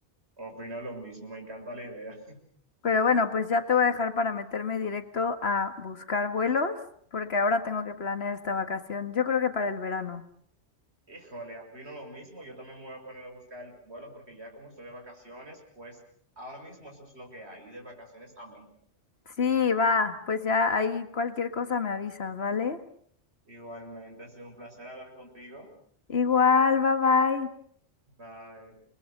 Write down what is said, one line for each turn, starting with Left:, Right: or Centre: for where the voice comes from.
Right: opino lo mismo, me encanta la idea.
Left: Pero bueno, pues ya te voy a dejar para meterme directo a buscar vuelos porque ahora tengo que planear esta vacación. Yo creo que para el verano.
Right: Híjole, opino lo mismo. Yo también me voy a poner a buscar vuelos porque ya como estoy de vacaciones, pues ahora mismo eso es lo que hay, ir de vacaciones a mí.
Left: Sí, va, pues ya ahí cualquier cosa me avisas, ¿vale?
Right: Igualmente, ha sido un placer hablar contigo.
Left: Igual, bye bye.
Right: Bye.